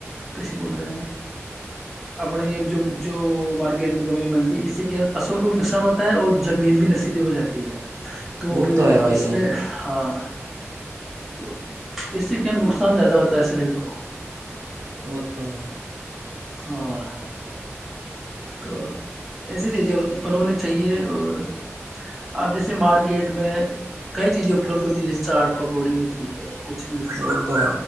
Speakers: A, in the centre; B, on the right.
A: کیسی بولتے ہیں اپنے یہ جو جو مارکیٹ یٹ میں دوائیں ملتی ہے اس سے کیا فصل کو بھی نقصان ہوتا ہے اور جمینل بھی نشیلی ہو جاتی ہے تو
B: وہ
A: پھر
B: ہے بھائی
A: اس
B: جان
A: میں ہاں تو اس سے کیا نقصان <unintelligible> سان زیادہ ہوتا ہے سرد کو <unintelligible>
B: وہ تو ہے
A: اور تو ایسی چیزیں اتپن ہونی چاہیے اور اب جیسے مارکیٹ میں کئی چیزیں اپلبدھ ہوتی ہیں جیسے چاٹ پکوڑی ہوتی ہے کچھ بھی ہوتا
B: وہ
A: ہے
B: تو